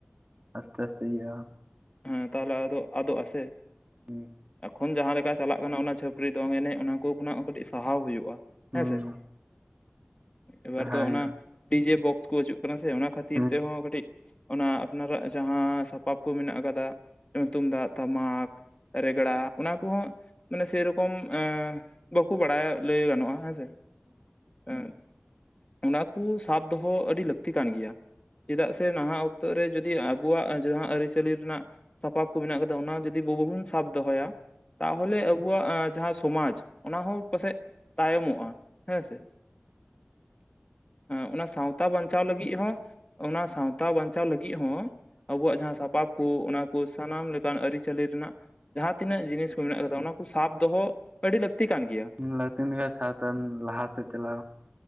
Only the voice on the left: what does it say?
ᱦᱮᱸ ᱛᱟᱦᱞᱮ ᱟᱫᱚ ᱟᱫᱚᱜ ᱟᱥᱮ
ᱮᱠᱷᱚᱱ ᱡᱟᱦᱟᱸ ᱞᱮᱠᱟ ᱪᱟᱞᱟᱜ ᱠᱟᱱᱟ ᱚᱱᱟ ᱪᱷᱟᱹᱯ ᱯᱨᱤ ᱫᱚᱝ ᱮᱱᱮᱡ ᱚᱱᱟ ᱠᱚ ᱠᱷᱚᱱᱟᱜ ᱦᱚᱸ ᱠᱟᱹᱴᱤᱡ ᱥᱟᱦᱟᱣ ᱦᱩᱭᱩᱜᱼᱟ
ᱦᱮᱸ ᱥᱮ ᱾ ᱮᱵᱟᱨ
ᱫᱚ
ᱚᱱᱟ ᱰᱤᱡᱮ ᱵᱚᱠᱥ ᱠᱚ ᱦᱤᱡᱩᱜ ᱠᱟᱱᱟ ᱥᱮ ᱚᱱᱟ ᱠᱷᱟᱹᱛᱤᱨ
ᱛᱮᱦᱚᱸ ᱠᱟᱹᱴᱤᱡ ᱚᱱᱟ ᱟᱯᱱᱟᱨᱟᱜ ᱡᱟᱦᱟᱸ ᱥᱟᱯᱟᱵ ᱠᱚ ᱢᱮᱱᱟᱜ ᱟᱠᱟᱫᱟ ᱡᱮᱢᱚᱱ ᱛᱩᱢᱫᱟᱜ ᱴᱟᱢᱟᱠ ᱨᱮᱜ ᱜᱮᱲᱟ ᱚᱱᱟ ᱠᱚᱦᱚᱸ ᱢᱟᱱᱮ ᱥᱮᱨᱚᱠᱚᱢ ᱮᱸ ᱵᱟᱠᱚ ᱵᱟᱲᱟᱭᱟ ᱞᱟᱹᱭ ᱜᱟᱱᱚᱜᱼᱟ ᱦᱮᱸᱥᱮ ᱾ ᱚᱱᱟ ᱠᱚ ᱥᱟᱵ ᱫᱚᱦᱚ ᱟᱹᱰᱤ ᱞᱟᱹᱠᱛᱤ ᱠᱟᱱ ᱜᱮᱭᱟ ᱪᱮᱫᱟᱜ ᱥᱮ ᱱᱟᱦᱟᱜ ᱛᱚ ᱨᱮ ᱡᱩᱫᱤ ᱟᱵᱚᱣᱟᱜ ᱡᱟᱦᱟᱸ ᱟᱹᱨᱤᱪᱟᱹᱞᱤ ᱨᱮᱱᱟᱜ ᱥᱟᱯᱟᱯ ᱠᱚ ᱢᱮᱱᱟᱜ ᱠᱟᱫᱟ ᱚᱱᱟ ᱡᱩᱫᱤ ᱵᱟ ᱵᱟᱵᱚᱱ ᱥᱟᱵ ᱫᱚᱦᱚᱭᱟ ᱛᱟᱦᱚᱞᱮ ᱟᱵᱚᱣᱟᱜ ᱡᱟᱦᱟᱸ ᱥᱚᱢᱟᱡᱽ ᱚᱱᱟ ᱦᱚᱸ ᱯᱟᱥᱮᱡ ᱛᱟᱭᱚᱢᱚᱜᱼᱟ ᱦᱮᱸ ᱥᱮ ᱾ ᱦᱮᱸ ᱚᱱᱟ ᱥᱟᱶᱛᱟ ᱵᱟᱧᱪᱟᱣ ᱞᱟᱹᱜᱤᱫ ᱦᱚᱸ, ᱚᱱᱟ ᱥᱟᱶᱛᱟ ᱵᱟᱧᱪᱟᱣ ᱞᱟᱹᱜᱤᱫ ᱦᱚᱸ ᱟᱵᱚᱣᱟᱜ ᱡᱟᱦᱟᱸ ᱥᱟᱯᱟᱵ ᱠᱚ ᱚᱱᱟ ᱠᱚ ᱥᱟᱱᱟᱢ ᱞᱮᱠᱟᱱ ᱟᱹᱨᱤᱪᱟᱹᱞᱤ ᱨᱮᱱᱟᱜ ᱡᱟᱦᱟᱸ ᱛᱤᱱᱟᱹᱜ ᱡᱤᱱᱤᱥ ᱠᱚ ᱢᱮᱱᱟᱜ ᱠᱟᱫᱟ ᱚᱱᱟ ᱠᱚ ᱥᱟᱵ ᱫᱚᱦᱚ ᱟᱹᱰᱤ ᱞᱟᱹᱠᱛᱤ ᱠᱟᱱ ᱜᱮᱭᱟ